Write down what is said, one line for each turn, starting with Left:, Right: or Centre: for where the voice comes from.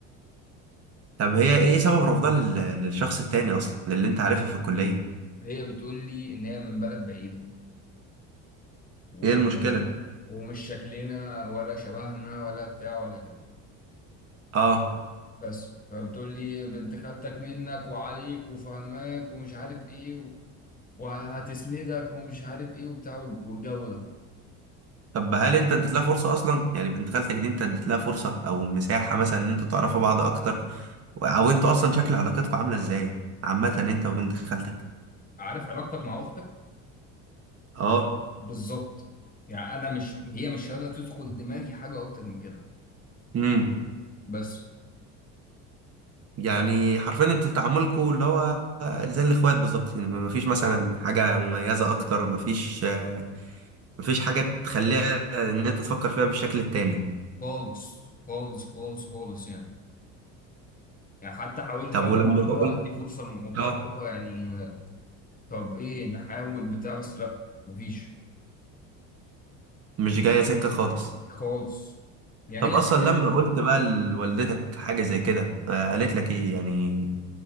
Right: طب هي ايه سبب رفضها لل... للشخص التاني اصلا للي انت عارفها في الكليه
Left: بتقول لي ان هي من بلد بعيده و...
Right: ايه المشكله
Left: ومش شكلنا ولا شبهنا ولا بتاع ولا كده
Right: اه
Left: بس فبتقول لي بنت خالتك منك وعليك وفهماك ومش عارف ايه و... وهتسندك ومش عارف ايه وبتاع والجو ده
Right: طب هل انت اديت لها فرصه اصلا يعني بنت خالتك دي انت اديت لها فرصه او مساحه مثلا ان انتوا تعرفوا بعض اكتر او انتوا اصلا شكل علاقتكم عامله ازاي عامه انت وبنت خالتك
Left: عارف علاقتك مع اختك
Right: اه
Left: بالظبط يعني انا مش هي مش قادره تدخل دماغي حاجه اكتر من كده
Right: امم
Left: بس
Right: يعني حرفيا انتوا في تعاملكم اللي هو زي الاخوات بالظبط يعني ما فيش مثلا حاجه مميزه اكتر ما فيش آه، ما فيش حاجه تخليها ان انت تفكر فيها بالشكل التاني
Left: خالص خالص خالص خالص يعني يعني حتى حاولت
Right: طب
Left: كذا
Right: ولما
Left: مره اللي هو
Right: قلت
Left: ادي فرصه للموضوع
Right: اه
Left: اللي هو يعني طب ايه نحاول بتاع بس لا مفيش
Right: مش جايه سكه خالص
Left: خالص يعني
Right: طب اصلا
Left: هي
Right: لما قلت بقى لوالدتك حاجه زي كده آه، قالت لك ايه يعني